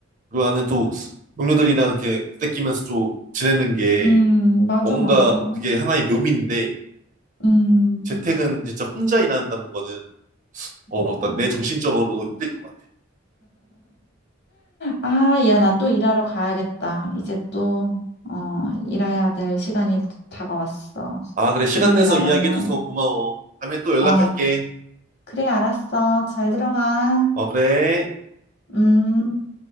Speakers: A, on the right; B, on the left.
A: 그리고 나는 또 동료들이랑 이렇게 부대끼면서 또 지내는 게
B: 음, 맞아,
A: 뭔가
B: 맞아.
A: 그게 하나의 묘미인데
B: 음.
A: 재택은 진짜 혼자 일한다는 거는 어,
B: 아.
A: 맞다. 내 정신적으로도 힘들 것 같아.
B: 아, 야, 나 또 일하러 가야겠다. 이제 또, 어, 일해야 될 시간이 다가왔어.
A: 아, 그래. 시간
B: 지금
A: 내서
B: 일 안
A: 이야기해줘서
B: 하면,
A: 고마워. 다음에 또 연락할게.
B: 어, 그래, 알았어. 잘 들어가.
A: 어, 그래.
B: 음.